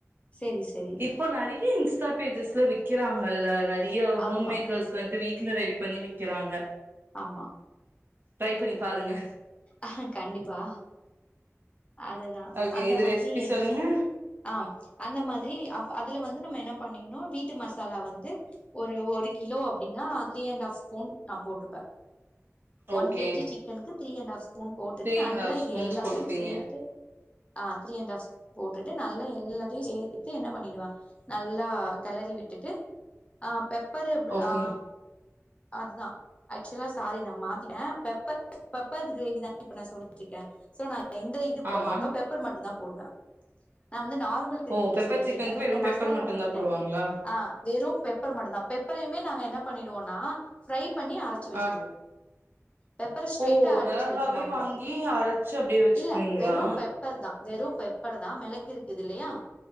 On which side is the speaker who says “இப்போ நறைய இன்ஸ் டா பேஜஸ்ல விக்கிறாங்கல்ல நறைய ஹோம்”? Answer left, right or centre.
Right